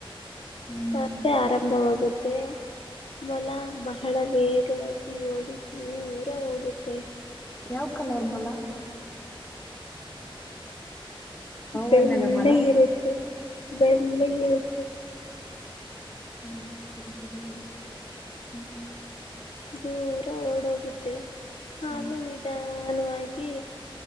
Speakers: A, on the left; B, on the left.
A: ಹ್ಮ್
B: ಸ್ಪರ್ಧೆ ಆರಂಭವಾಗುತ್ತ. ಮಲ ಬಹಳ ವೇಗವಾಗಿ ಡಿದ ದೂರ ಹೋಗುತ್ತೆ.
A: ಯಾವ ಕಲರ್ ಮಲ.
B: ಬೆಳ್ಳೆ
A: ಬಣ್ಣದ ಮೊಲ
B: ಇರುತ್ತೆ. ಬೆಳ್ಳ ಇರುತ್ತು.
A: ಹ್ಮ್ ಸರಿ ಸರಿ ಯಾರ. ಹ್ಮ್.
B: ದೂರ ಓಡೋಗುತ್ತೆ. ಹಾ
A: ಹ್ಮ್
B: ಮನಿದಾ. ಅನುವಾಗಿ